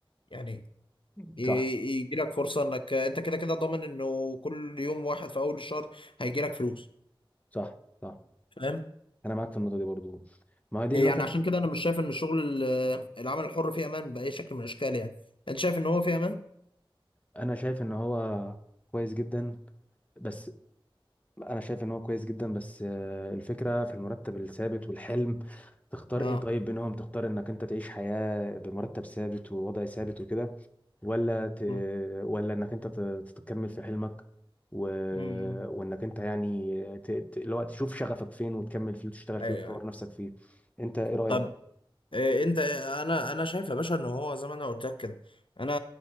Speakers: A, on the left (about 70°); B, on the left (about 15°).
A: يعني
B: مم.
A: يجي
B: صح
A: لك فرصه انك انت كده كده ضامن انه كل يوم واحد في اول الشهر هيجي لك فلوس
B: صح صح
A: فاهم
B: انا معاك في النقطه دي برضو ما هي دي
A: يعني
B: النقطه
A: عشان كده انا مش شايف ان الشغل ال- العمل الحر فيه امان باي شكل من الاشكال يعني انت شايف ان هو فيه امان
B: انا شايف ان هو كويس جدا بس لا، انا شايف ان هو كويس جدا بس آه، الفكره في المرتب الثابت والحلم تختار
A: اه
B: ايه طيب بينهم تختار انك انت تعيش حياه بمرتب ثابت ووضع ثابت وكده ولا ت...
A: م-
B: ولا انك انت ت- تتكمل في حلمك و...
A: م- م.
B: وانك انت يعني ت... ت... لو تشوف شغفك فين وتكمل فيه وتشتغل فيه
A: ايوه
B: وتطور
A: أيوة.
B: نفسك فيه انت ايه رايك
A: طب إيه انت انا انا شايف يا باشا ان هو زي ما انا قلت لك كده انا